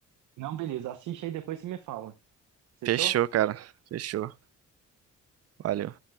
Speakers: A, on the right (about 80°); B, on the right (about 55°).
A: Não, beleza, assiste aí depois você me fala. Fechou?
B: Fechou, cara. Fechou. Valeu.